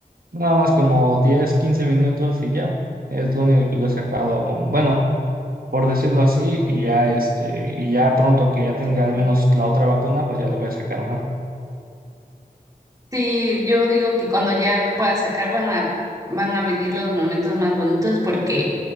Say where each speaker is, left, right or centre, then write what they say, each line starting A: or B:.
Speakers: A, on the right; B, on the right.
A: nada más como 10 15 minutos y ya. Es lo único que lo he sacado. Bueno. por decirlo así, y ya este, y ya pronto que ya tenga al menos la otra vacuna, pues ya le voy a sacar más.
B: Sí, yo digo que cuando ya lo pueda sacar van a, van a venir los momentos más bonitos porque